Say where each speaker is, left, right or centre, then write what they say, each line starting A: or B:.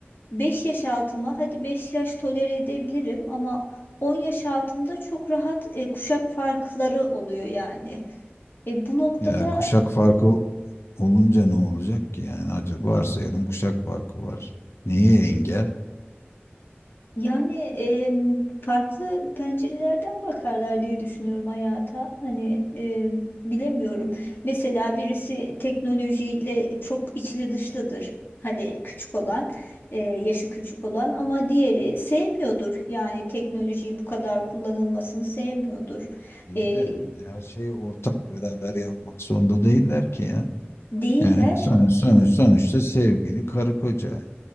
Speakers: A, on the left (about 55°); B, on the left (about 80°).
A: 5 yaş altıma hadi 5 yaş tolere edebilirim ama 10 yaş altımda çok rahat e, kuşak farkları oluyor yani. E, bu noktada
B: Ya kuşak farkı olunca ne olacak ki yani acaba varsayalım kuşak farkı var. Neye engel?
A: yani em, farklı pencerelerden bakarlar diye düşünüyorum hayata. Hani e, bilemiyorum. Mesela birisi teknolojiyle çok içli dışlıdır. Hani küçük olan, e, yaşı küçük olan ama diğeri sevmiyordur. Yani teknolojiyi bu kadar kullanılmasını sevmiyordur.
B: İyi
A: E,
B: de her şeyi ortak beraber yapmak zorunda değiller ki ya.
A: değiller.
B: Yani sonuç, sonuç, sonuçta sevgili karı koca